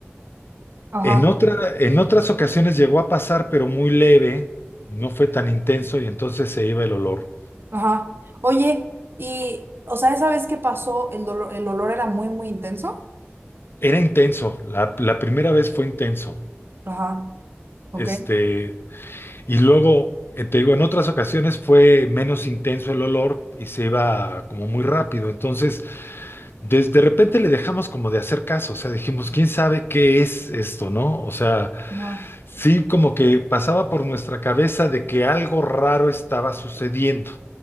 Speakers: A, on the right; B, on the left.
A: Ajá.
B: En otra, en otras ocasiones llegó a pasar, pero muy leve, no fue tan intenso y entonces se iba el olor.
A: Ajá. Oye, y, o sea, esa vez que pasó, el dolor, el olor era muy, muy intenso.
B: Era intenso, la, la primera vez fue intenso.
A: Ajá. Ok.
B: Este, Y luego, eh, te digo, en otras ocasiones fue menos intenso el olor y se iba como muy rápido. Entonces, desde de repente le dejamos como de hacer caso. O sea, dijimos, ¿quién sabe qué es esto, no? O sea,
A: Ajá.
B: sí como que pasaba por nuestra cabeza de que algo raro estaba sucediendo,